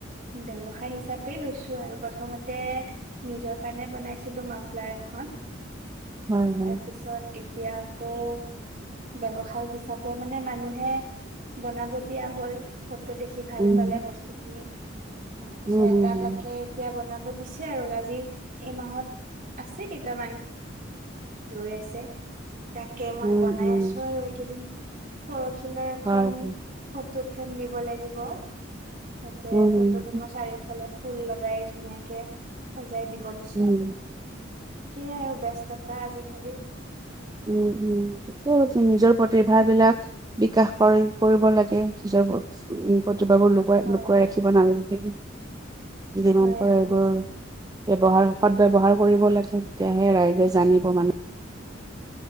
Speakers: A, on the right; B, on the right.
A: বৱ সাই হিচাপে লৈছো আৰু প্ৰথমতে নিজৰ কাৰণে বনাইছিলো মাফলাৰ এখন
B: হয়
A: তাৰ
B: হয়
A: পিছত এতিয়া আকৌ ব্যৱসায় হিচাপে মানে মানুহে বনাব দিয়া হ ফটো দেখি ভাল
B: উম
A: পালে বস্তু খিনি তাৰপিছত
B: উম
A: এটা
B: উম উম
A: তাকে এতিয়া বনাব দিছে আৰু আজি এই মাহত আছে কেইটামান ৰৈ আছে তাকে মই
B: উম
A: বনাই
B: উম
A: আছো আৰু এইকেইদিন পৰচ উখে এখন।
B: হয়
A: ফ্ৰেম দিব লাগিব ততে
B: উম,
A: ফটো খিন মই চাৰিওফালে ফুল লগাই ধুনীয়াকে। জাই দিব দিছে
B: উম, উম,
A: ই আৰু বস্ততা আজিকালিৰ।
B: উ উতিয়া নিজৰ প্ৰতিভ বিলাক বিকাশ কৰি কৰিব লাগে নিজৰ উ জোপাবোৰ লগাই
A: হয়
B: লুকুৱাই ৰাখিব নালি। ধাম
A: হয়
B: প
A: হয়
B: এইবাৰ ব্যৱহাৰ সদ ব্যৱহাৰ কৰিব লাগিছে তেতিয়াহে ৰাইজে জানিব মানে।